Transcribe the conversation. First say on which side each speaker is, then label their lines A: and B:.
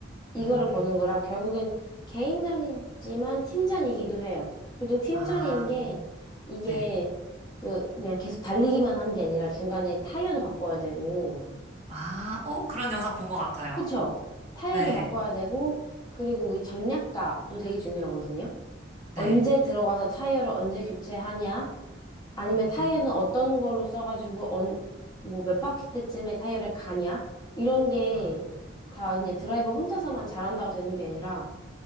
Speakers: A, on the left (about 20°); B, on the right (about 35°).
A: 이거를
B: 음,
A: 보는 거라 결국엔 개인전이지만 팀전이기도 해요. 그리고 또 팀전인
B: 아,
A: 게 이게
B: 네.
A: 그 그냥 계속 달리기만 하는 게 아니라 중간에 타이어도 바꿔야 되고
B: 아, 어, 그런 영상 본 것 같아요.
A: 그쵸? 타이어도
B: 네,
A: 바꿔야 되고, 그리고 이 전략가도 되게 중요하거든요.
B: 네.
A: 언제 들어가서 타이어를 언제 교체하냐? 아니면
B: 음,
A: 타이어는 어떤 걸로 써가지고, 언, 뭐 몇 바퀴 때쯤에 타이어를 가냐? 이런 게
B: 아,
A: 다 그냥 드라이버 혼자서만 잘한다고 되는 게 아니라,